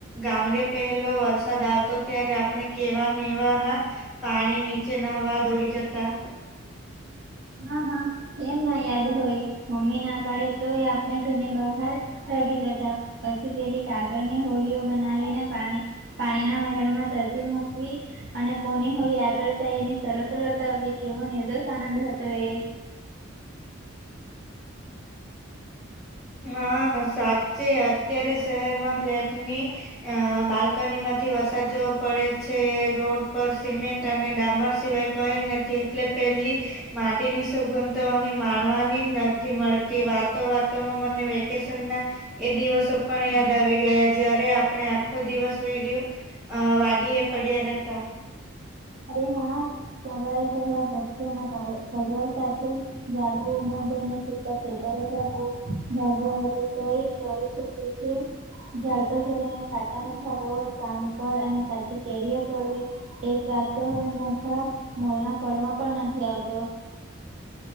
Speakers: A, in the centre; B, on the right.
A: ગામડે પહેલો વરસાદ આવતો ત્યારે આપણે કેવા નેવા ના પાણી નીચે નહવા દોડી જતા.
B: હા હા એમ ના યાદ હોય મમ્મી ના પાડે તોય આપણે ઘરની બહાર ભાગી જતા પછી પેલી કાગળની હોળઓ બનાવી ને પાણી પાણી ના વહેણ માં ધરતી મૂકવી અને કોની હોળી આગળ થાય એની શરતો લગાવવી કેવો નિર્દોષ આનંદ હતો, એ.
A: હા સાચે અત્યારે શહેરમાં ફ્લેટની અ બાલ્કની માંથી વરસાદ જોવો પડે છે, રોડ પર સિમેન્ટ અને ડામર સિવાય કઈ નથી એટલે પેલી માટીની સુગણ તો અહી માણવાની જ નથી મળતી વાતો વાત તો મને વેકેશન ના એ દિવસો પણ યાદ આવી ગયા જય્યારે આપણે આખો દિવસ વયો અ વાડી એ પડ્યા રહેતા.
B: અરે હા સવારે પેલા પક્ષીઓના પડવા સાથે જાગવુ અને સીધા ખેતરે ભાગવું <unintelligible> તે ઝાડ પર કરીને ખાતા મીઠા બોલ જામફળ અને. કાચી કેરીઓ તોડીએ રાત તો હવે મોઠા મોના ફળમાં પણ નથી આવતો.